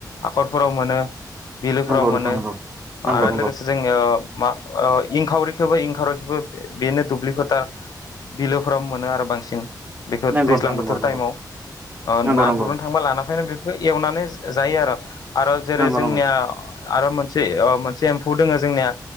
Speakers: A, on the left; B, on the right.
A: हाखरफोराव मोनो बिलोफोराव
B: नोंथां
A: मोनो
B: नंगौ
A: आरो
B: नंगौ
A: लोगोसे जोंनियाव मा ओ इंखावरि खौबो इंखारैखौबो बेनो दुब्लि फोथार बिलोफोराव मोनो आरो बांसिन बेखौ
B: नोंथां
A: दैज्लां
B: नंगौ
A: बोथोर
B: नंगौ
A: टाइमाव
B: नंगौ नंगौ
A: ना
B: नोंथां
A: ओ गुरनो थांबा लाना फै बे एवनानै जायो आरो आरो जेरै
B: नंगौ नंगौ
A: जोंनिया आरो मोनसे मोनसे एम्फौ दोङो जोंनिया